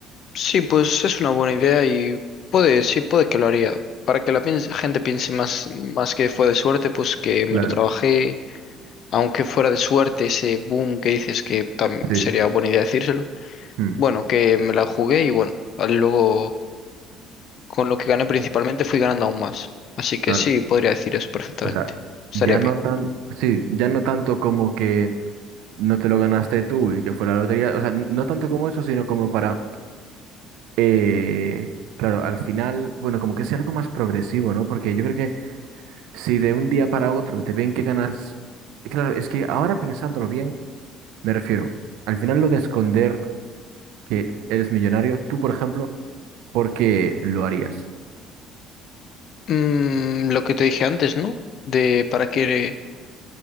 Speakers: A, on the left; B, on the right.
A: Sí, pues es una buena idea y puede, sí, puede que lo haría. Para que la piense- gente piense más, más que fue de suerte, pues que me
B: Claro,
A: lo trabajé aunque fuera de suerte ese boom que dices que tam-
B: sí,
A: sería buena idea decírselo,
B: Mm,
A: bueno, que me la jugué y bueno, al- luego con lo que gané principalmente fui ganando aún más. Así que
B: claro.
A: sí, podría decir eso perfectamente.
B: o sea,
A: Estaría
B: Ya
A: bien.
B: no tan, sí, ya no tanto como que no te lo ganaste tú y que fue la lotería, o sea, n- no tanto como eso, sino como para, eh, claro, al final, bueno, como que sea algo más progresivo, ¿no? Porque yo creo que si de un día para otro te ven que ganas, claro, es que ahora pensándolo bien, Me refiero, al final lo de esconder que eres millonario, tú, por ejemplo, ¿por qué lo harías?
A: Mm, lo que te dije antes, ¿no? De para que